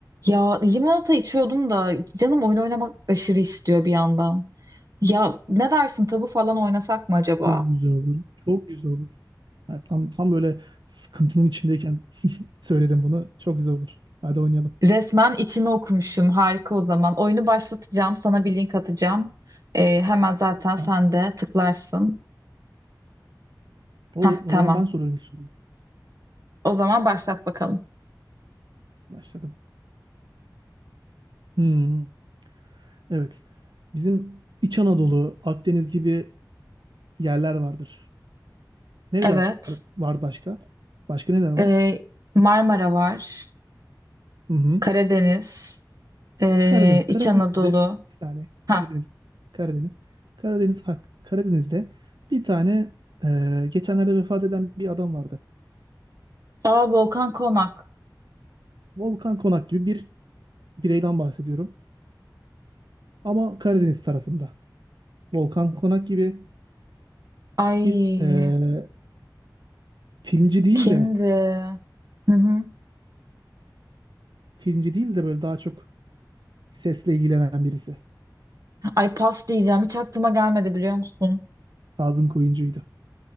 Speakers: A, on the right; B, on the right.
A: Ya limonata içiyordum da canım oyun oynamak aşırı istiyor bir yandan. Ya ne dersin tabu falan oynasak mı acaba?
B: Çok güzel olur. Çok güzel olur. Ha, tam tam böyle sıkıntının içindeyken söyledim bunu. Çok güzel olur. Hadi oynayalım.
A: Resmen içini okumuşum harika o zaman. Oyunu başlatacağım sana bir link atacağım. Ee, hemen zaten
B: Tamam.
A: sen de tıklarsın.
B: Olur.
A: Heh
B: O
A: tamam
B: zaman ben soruyorum ilk soruyu.
A: o zaman başlat bakalım.
B: Başladım. Hmm, evet. Bizim İç Anadolu, Akdeniz gibi yerler vardır. Nereler
A: Evet
B: var başka? Başka neler var?
A: Ee, Marmara var,
B: Hı hı.
A: Karadeniz, ee,
B: Karadeniz.
A: İç
B: Karadeniz'de
A: Anadolu.
B: bir tane
A: ha
B: Karadeniz. Karadeniz. Karadeniz hak. Karadeniz'de bir tane e, geçenlerde vefat eden bir adam vardı.
A: Aa Volkan Konak.
B: Volkan Konak gibi bir bireyden bahsediyorum. Ama Karadeniz tarafında. Volkan Konak gibi
A: Ay
B: bir e, filmci değil
A: kimdi?
B: de
A: Hı hı.
B: filmci değil de böyle daha çok sesle ilgilenen birisi.
A: Ay pas diyeceğim. Hiç aklıma gelmedi biliyor musun?
B: Kazım Koyuncu'ydu.